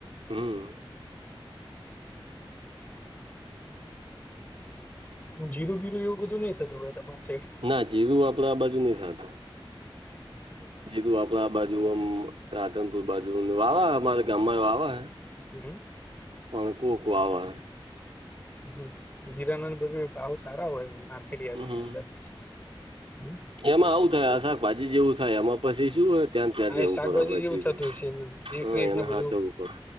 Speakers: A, on the right (about 85°); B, on the left (about 20°).
A: હમ્મ.
B: જીરું બીરું એવું બધું નઈ થતું હોય તમારી સાઈડ.
A: ના જીરું આપડા આ બાજુ નહી થાતું.
B: એવું એમને.
A: જીરું આપડા આ બાજુ આમ. રાધનપુર બાજુ વાવા અમારા ગામમાં વાવા હે.
B: ને હમ
A: પણ કોક વાવે હે.
B: હમ જીરાના બધી ભાવ સારા હોય માર્કેટયાડૉ
A: હમ
B: ની અંદર હમ.
A: એમાં આવું થાય આ શાકભાજી જેવું થાય આમાં. પછી શું હોય ત્યાં ત્યાંજ
B: હા
A: રેવું
B: એ શાકભાજી
A: પડે આપ
B: જેવું
A: જીરુ
B: થતું હશે દેખરેખ
A: હોય એને
B: ને બધું
A: હાચવવું પડે.